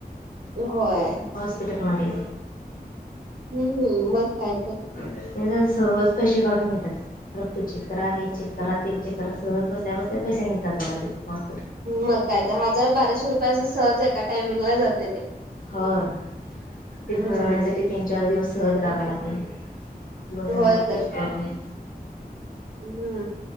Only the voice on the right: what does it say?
होय
हम्म मग काय तर
मग काय तर हजार बाराशे रुपये असं सहज एका टायमिंगला जातय ते
हम्म
होय
तर
हम्म